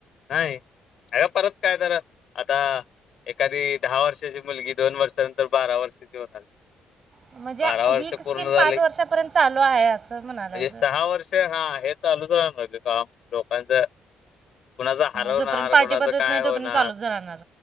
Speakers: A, on the left; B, on the right.
A: नाही अ का <unintelligible> परत काय तर आता एखादी दहा वर्षाची मुलगी दोन वर्षानंतर बारा वर्षाची होणार.
B: म्हणजे
A: बारा
B: ही
A: वर्ष
B: स्कीम
A: पूर्ण झाले
B: पाच वर्षापर्यंत
A: म्हणजे
B: चालू आहे असं म्हणाले
A: सहा वर्ष हा आहेत चालूच राहणार काम लोकांच <unintelligible> कुणाच हरवणार
B: जोपर्यंत पार्टी
A: कुणाचं
B: बदलत
A: काय
B: नाही
A: होणार
B: तोपर्यंत चालूच राहणार